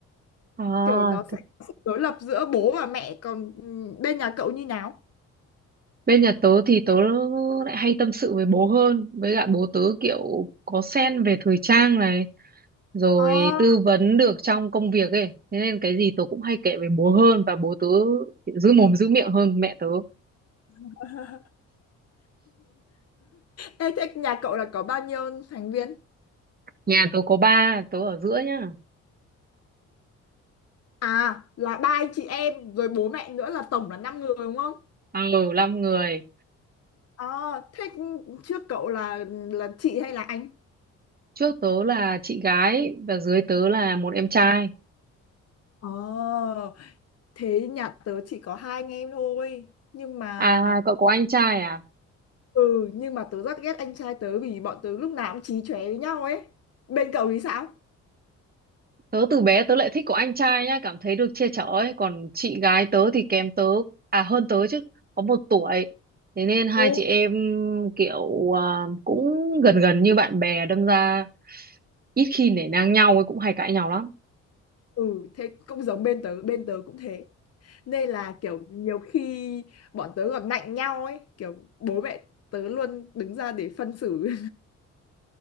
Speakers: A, on the right; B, on the left.
A: À,
B: kiểu nó sẽ có sự đối lập giữa bố và mẹ còn ừ, bên nhà cậu như nào
A: Bên nhà tớ thì tớ lại hay tâm sự với bố hơn. Với cả bố tớ kiểu có sen về thời trang này. Rồi
B: À.
A: tư vấn được trong công việc ấy. Thế nên cái gì tớ cũng hay kể với bố hơn. Và bố tớ kiểu giữ mồm giữ miệng hơn mẹ tớ.
B: <laughs> Ê, thế nhà cậu là có bao nhiêu thành viên
A: Nhà tớ có ba, tớ ở giữa nhá.
B: À là ba anh chị em rồi bố mẹ nữa là tổng là 5 người đúng không?
A: Ừ, năm người.
B: Ờ thế trước cậu là là chị hay là anh?
A: Trước tớ là chị gái và dưới tớ là một em trai.
B: Ờ thế nhà tớ chỉ có hai anh em thôi nhưng mà
A: À, cậu có anh trai à?
B: ừ nhưng mà tớ rất ghét anh trai tớ vì bọn tớ lúc nào cũng chí chóe với nhau ấy. Bên cậu thì sao?
A: Tớ từ bé tớ lại thích của anh trai nhá, cảm thấy được che chở ấy. Còn chị gái tớ thì kém tớ, à hơn tớ chứ, có một tuổi. Thế nên hai
B: Ồ.
A: chị em kiểu à, cũng gần gần như bạn bè, đâm ra ít khi nể nang nhau ấy, cũng hay cãi nhau lắm.
B: Ừ thế cũng giống bên tớ bên tớ cũng thế nên là kiểu nhiều khi bọn tớ còn nạnh nhau ấy kiểu bố mẹ tớ luôn đứng ra để phân xử